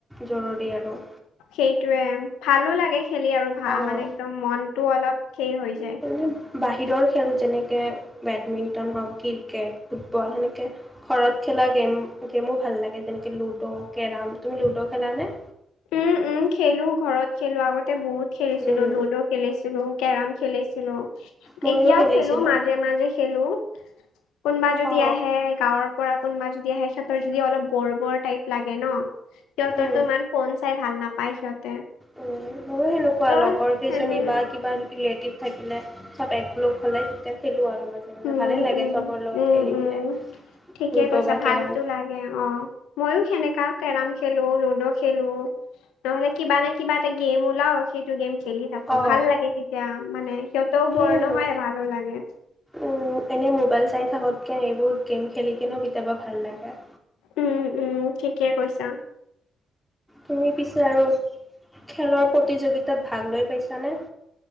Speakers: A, in the centre; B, on the left.
A: জৰুৰী আৰু।
B: সেইটোৱে, ভালো লাগে খেলি আৰু। <unintelligible>
A: অঁ
B: মানে, একদম মনটোও অলপহে হৈ যায়।
A: মানে, বাহিৰৰ খেল যেনেকে, বেডমিণ্টন হওঁক, ক্ৰিকেট, ফুটবল, সেনেকে ঘৰত খেলা গেম, গেমো ভাল লাগে, যেনেকে- লুডো, কেৰম। তুমি লুডু খেলা নে?
B: উম, উম! খেলোঁ ঘৰত, খেলোঁ। আগতে, বহুত খেলিছিলোঁ।
A: উম
B: লুডু খেলিছিলোঁ, কেৰম খেলিছিলোঁ।
A: ময়ো
B: এতিয়াও,
A: খেলিছিলোঁ
B: খেলোঁ মাজে-মাজে। খেলোঁ। কোনোবা যদি
A: অ
B: আহে, গাঁৱৰ পৰা। কোনোবা যদি আহে, সিহঁতৰ যদি অলপ বৰ- বৰ টাইপ লাগে ন'! সিহঁতৰতো,
A: উম
B: ইমান ফোন চাই ভাল নাপায়, সিহঁতে।
A: উম! মোৰো সেনেকুৱা,
B: ত
A: লগৰ কেইজনী
B: সেনে
A: বা কিবা ৰিলেটিভ থাকিলে, চব একক লগ হ'লে, তেতিয়া খেলোঁ আৰু মাজে
B: উম
A: ভালে লাগে,
B: উম
A: চবৰ লগত
B: উম
A: খেলি
B: উম
A: কিনে।
B: ঠিকে
A: লুডু
B: কৈছা
A: বা কেৰম।
B: ভালতো লাগে অ'! মইয়ো সেনেকা, কেৰম খেলোঁ, লুডু খেলোঁ। নহ'লে, কিবা নে কিবা, এটা গেম ওলাওঁ, সেইটো গেম খেলি। থাকোঁ।
A: অ
B: ভাল লাগে তেতিয়া। মানে, সিহঁতেও
A: সেই
B: বৰ
A: আৰু
B: নহয়, ভালো লাগে।
A: উম, এনেই মোবাইল চাই থাকতকে, এইবোৰ গেম খেলিকনো, কেতিয়াবা ভাল লাগে।
B: উম, উম! ঠিকে কৈছা।
A: তুমি পিছে, আৰু খেলৰ প্ৰতিযোগিতাত ভাগ লৈ পাইছানে?